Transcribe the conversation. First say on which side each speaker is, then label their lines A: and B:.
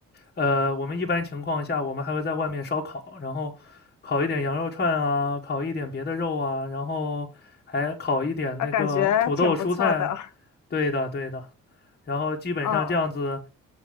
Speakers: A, on the left; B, on the left.
A: 呃，我们一般情况下，我们还会在外面烧烤，然后烤一点羊肉串啊，烤一点别的肉啊，然后还烤一点那个土豆、
B: 啊，感觉挺不错的。
A: 蔬菜。对的，对的。然后基本上这样子，
B: 嗯，